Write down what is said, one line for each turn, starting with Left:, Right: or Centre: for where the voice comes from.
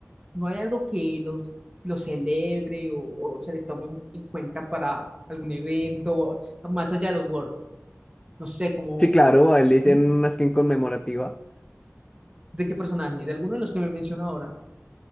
Right: ¿No hay algo que lo, lo celebre o, o se le tome en cuenta para algún evento o más allá de los Worlds? No sé, como
Left: Sí, claro, a él le hicieron
Right: ¿Mm?
Left: una skin conmemorativa.
Right: ¿De qué personaje? ¿De alguno de los que me mencionó ahora?